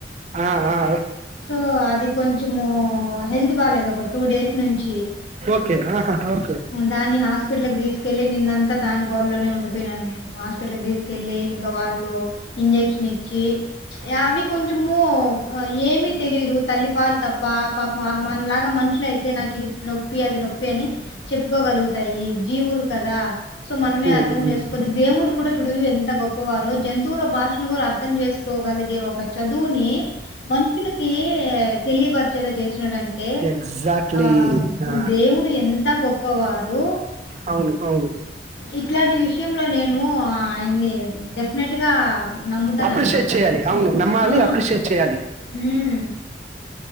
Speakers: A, on the right; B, on the left.
A: ఆ ఆ
B: సో అది కొంచము హెల్త్ బాలేదు ఒక టూ డేస్ నుంచి
A: ఒకే నాక హోం
B: దాన్ని హాస్పిటల్ కి తీసుకెళ్ళి నిన్నంతా దాని గోలా లోనే ఉండిపోయినాను నేను హాస్పి హాస్పిటల్ కి తీసుకెళ్ళి ఇంకా వాళ్ళు ఇంజెక్షన్ ఇచ్చి అవి కొంచము ఏమి తెలీదు తల్లి పాలు తప్ప పాప మనలాగా మనుషులు అయితే నాకు ఇది నొప్పి అది నొప్పి అని చెప్పుకోగలుగుతాయి జీవులు కదా సో మనమే అర్థం
A: ఓకే
B: చేసుకుని దేవుడు కూడా చుడువు ఎంత గౌ పోవారు జతువుల భాషను కూడా అర్థం చేసుకోగలిగే ఒక చదువుని మనుషులకి తెలియబరుచ చాలా చేసినాడంటే
A: ఎగ్జాక్ట్లీ
B: ఆ
A: ఆ!
B: దేవుడు ఎంత గొప్పవారు
A: అవును అవును
B: ఇట్లాంటి విషయంలో నేను ఆయన్ని డెఫినెట్గా నమ్ముతాన
A: అప్రిషియేట్
B: అనమాట
A: చేయాలి. అవును. నమ్మాలి
B: ఆ
A: అప్రిషియేట్ చేయాలి
B: ఉమ్